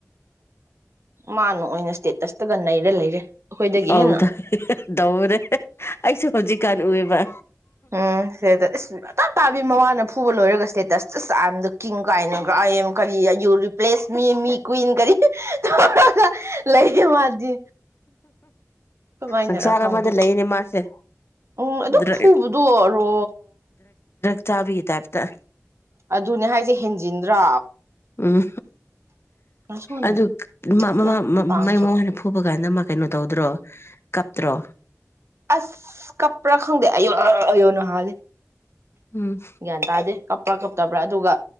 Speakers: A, on the right; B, on the left.
A: ꯃꯥꯅꯣ ꯑꯣꯏꯅ ꯏꯁꯇꯦꯇꯁꯇ ꯅꯩꯅꯔ ꯂꯩꯔꯦ ꯑꯩꯈꯣꯏꯗꯒꯤ
B: ꯍꯥꯎꯗ
A: ꯍꯦꯟꯅ
B: ꯗꯧ꯭ꯔꯦ ꯑꯁꯨ ꯍꯧꯖꯤꯛ ꯀꯔꯨꯦꯕ
A: ꯎꯝ ꯁꯤꯗ ꯏꯁꯁ ꯑ ꯇꯥꯕꯤ ꯃꯋꯥꯅ ꯐꯨꯕ ꯂꯣꯏꯔꯒ ꯏꯁꯇꯦꯇꯁ ꯑꯁ ꯑꯥꯗ ꯀ ꯀꯥꯏꯅ ꯥꯏ ꯀꯔꯤꯨ ꯔꯤꯄ꯭ꯂꯦꯁ ꯃꯤ ꯃꯤ ꯀꯨꯋꯟ ꯀꯔꯤ ꯇ ꯂꯩꯒ ꯃꯥꯗꯤ ꯀꯃꯥꯏꯅꯔ
B: ꯁꯪꯁꯥꯔ
A: ꯈꯪꯗꯦ
B: ꯑꯃꯗ ꯂꯩꯅꯦ ꯃꯥꯁꯦ
A: ꯎꯝ ꯑꯗꯨꯣ
B: ꯗ꯭ꯔꯛ
A: ꯐꯨꯕꯗꯣ ꯑꯣꯏꯔꯣ
B: ꯆꯥꯕꯤꯒꯤ ꯇꯦꯞꯇ
A: ꯑꯗꯨꯅꯦ ꯍꯥꯏꯁꯦ ꯍꯦꯟꯖꯤꯟꯗ꯭ꯔ
B: ꯎꯝ
A: ꯉꯁꯨꯅꯨ
B: ꯑꯗꯨꯃ
A: ꯅꯪ ꯀꯥꯡꯁꯨ
B: ꯃꯥꯏ ꯃꯉꯅ ꯐꯨꯕ ꯀꯥꯟꯗ ꯑꯃ ꯀꯩꯅꯣ ꯇꯧꯗ꯭ꯔꯣ ꯀꯞꯇ꯭ꯔꯣ
A: ꯑꯁ ꯀꯄꯔ ꯈꯪꯗꯦ ꯑꯌ ꯑꯌꯣ ꯅꯍꯂꯦ
B: ꯎꯝ
A: ꯟ ꯇꯥꯖꯦ ꯀꯞꯄ꯭ꯔꯥ ꯀꯞꯇꯕ꯭ꯔꯥ ꯑꯗꯨꯒ